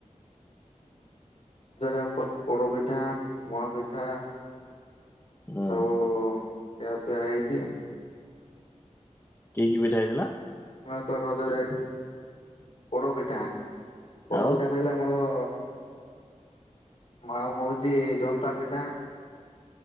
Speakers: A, on the left; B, on the left.
A: ରଜ ରେ ଆଉ ପୋଡ଼ ପିଠା ମହା ପିଠା।
B: ହୁଁ
A: ସବୁ ଖିଆ ପିଆ ହେଇଛି।
B: କି କି ପିଠା ହେଇଥିଲା?
A: ତ ରଜ ଯାଇଥିଲ ପୋଡପିଠା ପୋଡପିଠା
B: ଆଉ
A: କହିଲେ ଆମର ଓ ମାଉ ମଉଚି ଜନ୍ତା ପିଠା